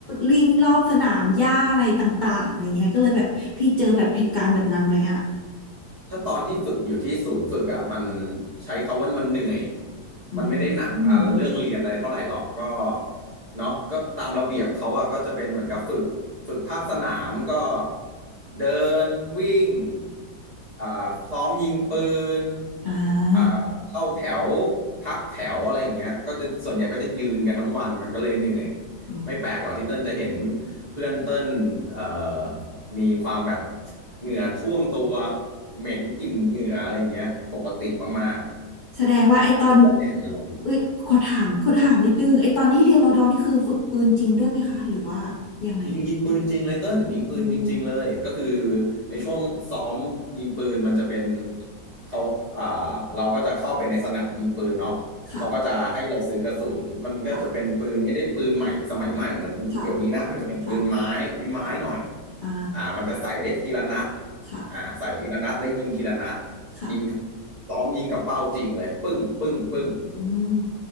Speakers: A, on the left (about 75°); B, on the right (about 30°).
A: วิ่งรอบสนามหญ้าอะไรต่างๆอะไรเงี้ยก็เลยแบบพี่เจอแบบเหตุการณ์แบบนั้นไหมอะ
B: ถ้าตอนที่ฝึกอยู่ที่ศูนย์ฝึกอ่ะมันใช้คำว่ามันเหนื่อย
A: อืมอม
B: มันไม่ได้หนักอ่ะเรื่องเรียนอะไรเท่าไหร่หรอกก็เนาะก็ตามระเบียบเขาอ่ะก็จะเป็นเหมือนกับฝึกฝึกภาคสนามก็เดินวิ่งอ่าซ้อมยิงปืน
A: อ่า
B: อ่าเข้าแถวพักแถวอะไรอย่างเงี้ยก็จะส่วนใหญ่ก็จะยืนกันทั้งวันมันก็เลยเหนื่อย
A: อ๋อ
B: ไม่แปลกหรอกที่เติ้ลจะเห็นเพื่อนเติ้ลเอ่อมีความแบบเหงื่อท่วมตัว เหม็นกลิ่นเหงื่ออะไรอย่างเงี้ยปกติมาก
A: แสดงว่าไอ้ตอน
B: ๆแล้วแดดมันร้อน
A: เอ้ยขอถามขอถามนิดนึงไอ้ตอนที่เรียนรอดอนี่คือฝึกปืนจริงด้วยไหมคะหรือว่ายังไง
B: ยิงยิงปืนจริงเลยเติ้ลยิงปืนจริงๆเลยก็คือ
A: อืม
B: ในช่วงซ้อมยิงปืนมันจะเป็นเขาอ่าเราก็จะเข้าไปในสนามยิงปืนเนาะเขาก็จะให้เราซื้อกระสุนมันก็จะเป็นปืนไม่ได้ปืนใหม่สมัยใหม่เหมือนเดี๋ยวนี้นะมันจะเป็นปืนไม้ไม้ไม้หน่อย
A: ค่ะค่ะค่ะค่ะอ๋ออ่า
B: อ่ามันจะใส่ได้ทีละนัด
A: ค่ะ
B: อ่าใส่ทีละนัดแลวยิงทีละนัด
A: ค่ะ
B: ยิงซ้อมยิงกับเป้าจริงเลยปึ้งปึ้งปึ้ง
A: อืม